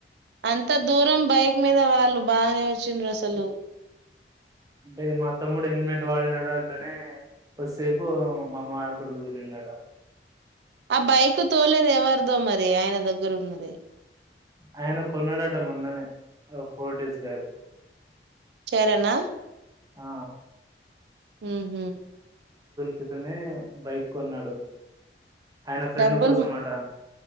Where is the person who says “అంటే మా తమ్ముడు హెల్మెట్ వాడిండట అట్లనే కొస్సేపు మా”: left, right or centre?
Right